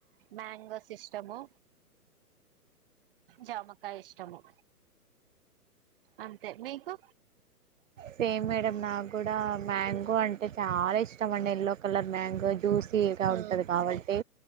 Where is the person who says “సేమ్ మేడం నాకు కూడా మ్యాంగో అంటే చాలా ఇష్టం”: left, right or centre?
Right